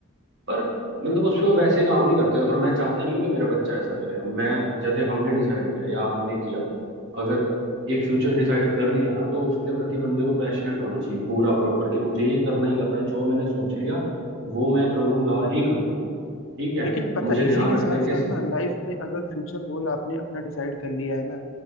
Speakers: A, on the right (about 55°); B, on the left (about 65°).
A: पर मतलब उस पे वो वैसे काम नहीं करते और मैं चाहता नहीं हूँ कि मेरा बच्चा ऐसा करे अब मैं जैसे हमने डिसाइड किया या हमने किया अगर एक फ्यूचर डिसाइड कर लिया ना तो उसके प्रति बंदे को पैशनेट होना चाहिए पूरा प्रॉपर कि मुझे ये करना ही करना है जो मैंने सोच लिया वो मैं करूंगा ही करूंगा ठीक है
B: लेकिन पता
A: मुझे ध्यान
B: इसी के
A: रखना
B: साथ
A: है कि
B: साथ ना लाइफ में अगर फ्यूचर गोल आपने अपना डिसाइड कर लिया है ना